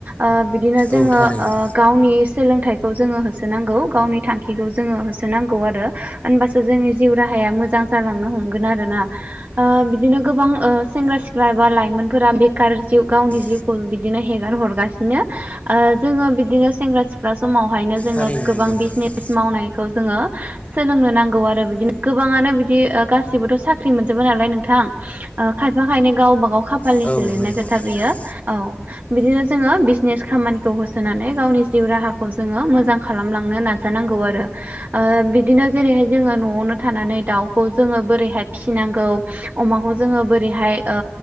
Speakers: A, on the right; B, on the left.
A: ओ बिदिनो जोङो
B: औ थारैनो
A: ओ गावनि सोलोंथाइखौ जोङो होसोनांगौ गावनि थांखिखौ जोङो होसोनांगौ आरो। ओनबासो जोंनि जिउ राहाया मोजां जालांनो हमगोन आरो ना। ओ बिदिनो गोबां ओ सेंग्रा सिख्ला एबा लाइमोनफोरा बेकार जिउ गावनि
B: थांखिखौ बिदिनो गोबां ओ
A: जिउखौ बिदि बिदिनो हेगार हरगासिनो ओ जोङो बिदिनो सेंग्रा सिख्ला समावहायनो जोङो
B: थारैनो
A: गोबां
B: नंगौ नोंथां
A: बिजनेस मावनायखौ जोङो सोलोंनो नांगौ आरो बिदिनो गोबाङानो बिदि ओ गासिबोथ' साख्रि मोनजोबा नालाय नोंथां ओ खायफा खायनै गावबा गाव खाफालनिसो
B: जोङो औ
A: लिरनाय
B: नंगौ
A: खोथा
B: औ नंगौ नोंथां
A: बेयो औ बिदिनो जोङो बिजनेस खामानिखौ होसोनानै गावनि जिउ राहाखौ जोङो मोजां खालामलांनो नाज -जानांगौ आरो। ओ बिदिनो जेरैहाय जोङो न'आवनो थानानै दाउखौ जोङो बोरैहाय फिसिनांगौ अमाखौ जोङो बोरैहाय ओ